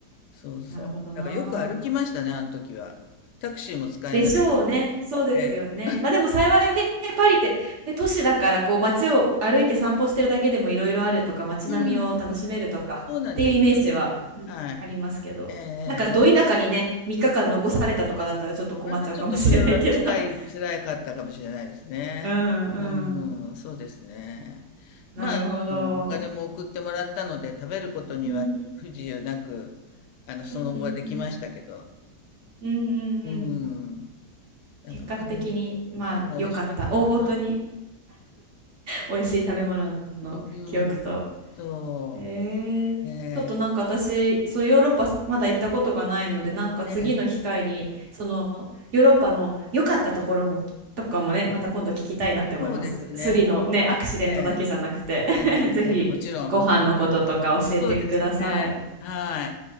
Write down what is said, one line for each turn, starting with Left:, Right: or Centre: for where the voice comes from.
Left: そうそう。
Right: なるほどな。
Left: だからよく歩きましたね、あの時は。タクシーも使えない
Right: でしょうね。そうですよね。
Left: で。
Right: まあでも幸いね、パリって、ね、都市だからこう街を歩いて散歩してるだけでもいろいろあるとか、街並みを楽しめるとかっていうイメージは
Left: うん。そうなんです。はい。
Right: ありますけど。
Left: え
Right: なんか、ど田舎にね、
Left: え
Right: 3日間残されたとかだったらちょっと困っちゃうかもしれないけど。
Left: またちょっとそれは辛い、
Right: <laughs>
Left: 辛かったかもしれないですね。
Right: うんうん。
Left: うんうん、そうですね。
Right: なるほど。
Left: まあ、あのお金も送ってもらったので、食べることには不自由なく、
Right: うんう
Left: あの、その後はできましたけど。
Right: んうんうんうんうんうんうん
Left: うん。なんかパン、
Right: 結果的にまあ良かった大ごとに
Left: パンが美味しかったな。
Right: 美味しい食べ物の記憶と
Left: うん。そ
Right: えー、
Left: う。ね
Right: ちょっとなんか私、そうヨーロッパまだ行ったことがないので、なんか次の機会に、
Left: え。ええ。
Right: そのヨーロッパの良かったところも、とかもね、また今度聞きたいなって思います。
Left: そうですね。
Right: スリのね、アクシデントだけじゃなくて
Left: ええ。ええ、ええ、
Right: <laughs> ぜひご飯のこととか教えてください。
Left: ええもちろん、もちろん。そうですね。はい。